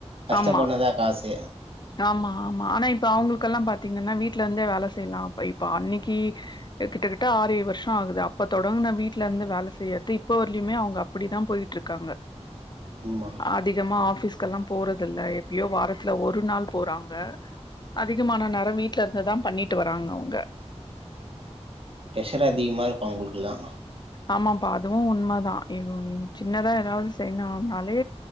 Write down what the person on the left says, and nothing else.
ஆமா
ஆமா ஆமா ஆனா இப்ப அவங்களுக்கெல்லா பாத்தீங்கன்னா வீட்ல இருந்தே வேல செய்யலா அப்ப இப்ப அண்ணிக்கி கிட்டகிட்ட ஆரேழு வருஷோ ஆகுது அப்ப தொடங்குன வீட்ல இருந்து வேல செய்யறது இப்ப வரலியுமே அவங்க அப்டிதா போயிட்டு இருக்காங்க.
அதிகமா ஆபீஸ் க்கல்லா போறதில்ல எப்பயோ வாரத்துல ஒரு நாள் போறாங் க அதிகமான நேரம் வீட்ல இருந்துதா பண்ணிட்டு வராங்க அவங்க
ஆமாப்பா அதுவு உண்ம தா எதும் சின்னதா ஏதாவது செய்னும்னாலே